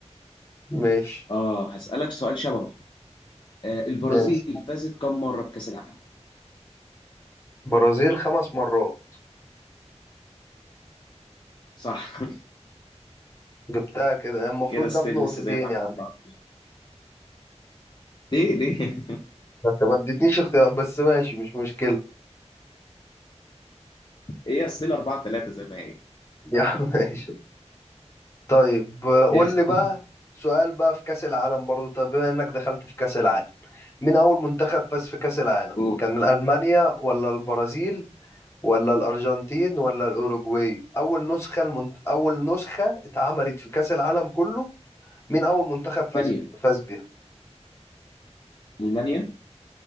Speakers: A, on the left; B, on the left.
A: ماشي
B: اه هسألك سؤال شبهه آه البرازيل
A: ماشي
B: فازت كم مرة بكأس العالم
A: برازيل خمس مرات
B: صح <laughs>
A: جبتها كده المفروض
B: كده ستيل
A: ده بنقطتين
B: لسه زي ما احنا
A: يعني
B: أربعة ليه ليه <laughs>
A: ما انت ما اديتنيش اختيار بس ماشي مش مشكلة
B: هي ستيل 4 3 زي ما هي
A: <laughs> يا عم ماشي طيب آه، قول
B: اسم
A: لي بقى سؤال بقى في كأس العالم برضو طب بما انك دخلت في كأس العالم مين اول منتخب فاز في كأس العالم
B: قول.
A: كان ألمانيا ولا البرازيل ولا الأرجنتين ولا الأوروجواي اول نسخة المنت... اول نسخة اتعملت في كأس العالم كله مين اول منتخب فاز
B: المانيا
A: ب... فاز بيها
B: المانيا